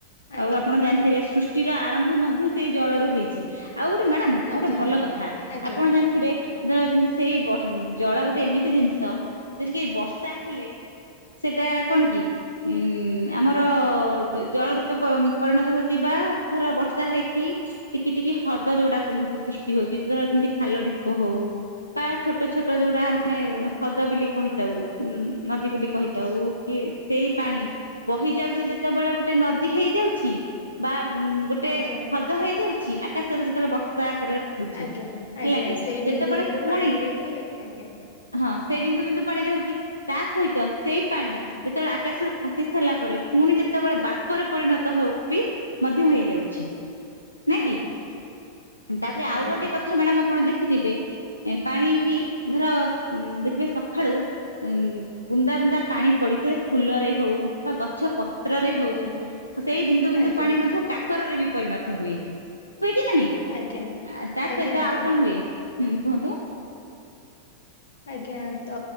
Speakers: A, on the left; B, on the left.
A: ଆଜ୍ଞା
B: ଆଉ ଆପଣ ଜାଣିଥିବେ ସୃ ଷ୍ଚି ର ଆରମ୍ଭ ମଧ୍ୟ ସେଇ ଜଳରୁ ହେଇଛି, ଆଉ ଗୋଟେ ମ୍ୟାଡ଼ାମ୍ ଆଉ
A: ଆଜ୍ଞା
B: ଗୋଟେ ଭଲ କଥା
A: ଆଜ୍ଞା
B: ଆପଣ ଜାଣି ଥିବେ ଧର ଯେମ୍ତି ସେଇ ଜଳ ଗୋଟେ ଏମିତି ଜିନିଷ ଯେତିକି ବର୍ଷା ହେଲେ ସେଇଟା କଣ କି ଉଁ ଆମର ଜଳ ରୂପେ ପରିଣତ ହଉଚି ବା ଧର ବର୍ଷା ହେଇକି ଟିକି-ଟିକି ହ୍ରଦ ଯୋଉଡା କୁହନ୍ତି ସୃଷ୍ଟି ହଉଚି <unintelligible> ଯେମ୍ତି ଖାଲ ଢ଼ୀ ପ ହଉ ବା ଛୋଟ-ଛୋଟ ଯୋଉଟା ଆମେ ହ୍ରଦ ବୋଲି କହିଥାଉ <unintelligible> ନଦୀ ବୋଲି କହିଥାଉ।
A: ଆଜ୍ଞା
B: କି ସେଇ ପାଣି ବହି ଯାଉଚି ଯେତବଳେ ଗୋଟେ ନଦୀ ହେଇଯାଉଛି ବା ଗୋଟେ
A: ଆଜ୍ଞା
B: ହ୍ରଦ ହେଇଯାଉଛି, ଆକାଶରୁ ଯେତେବେଳେ ବର୍ଷା ଆକାରରେ ପଡୁଛି
A: ଆଜ୍ଞା-ଆଜ୍ଞା
B: ହେଲା କି
A: ସେଇ ବିନ୍ଦୁ-ବିନ୍ଦୁ
B: ଯେତେବେଳେ ପୁଣି
A: ପାଣି ରେ ହିଁ ଆଜ୍ଞା
B: ହଁ ସେଇ ବିନ୍ଦୁ-ବିନ୍ଦୁ ପାଣିରେ ହଉଛି ତା ସହିତ ସେଇ ପାଣି
A: ଆଜ୍ଞା
B: ଯେତବଳେ ଆକାଶରୁ ଖସ୍ ସି ସାରିଲା ପରେ ପୁଣି ଯେତେବେଳେ ବାଷ୍ପରେ ପରିଣତ ହଉ ବି ମଧ୍ୟ ହେଇଯାଉଛି। ନା କି,
A: ଆଜ୍ଞା
B: ତାପରେ
A: ଆଜ୍ଞା
B: ଆଉ ଗୋଟେ କଥା ମ୍ୟାଡମ୍ ଆପଣ ଦେ ଖିଥିବେ ପାଣିଟି ଧର ଦେଖିବେ ସଖାଳୁ ଉଁ ବୁନ୍ଦା-ବୁନ୍ଦା ପାଣି ପଡି ଫୁଲରେ ହଉ ବା ଗଛ ପତ୍ରରେ ହଉ
A: ଆଜ୍ଞା ଆଜ୍ଞା
B: ସେଇ ବିନ୍ଦୁ-ବିନ୍ଦୁ
A: ଆଜ୍ଞା
B: ପାଣି ମଧ୍ୟ କାକରରେ ବି ପରିଣତ ହୁଏ-ହୁଏ କି ନାହିଁ,
A: ଆଜ୍ଞା
B: ଆ ତା
A: ଆଜ୍ଞା
B: ସହିତ
A: ଆଜ୍ଞା
B: ଆଉ କଣ ହୁଏ ହୁଁ କୁହନ୍ତୁ?
A: ଆଜ୍ଞା ତ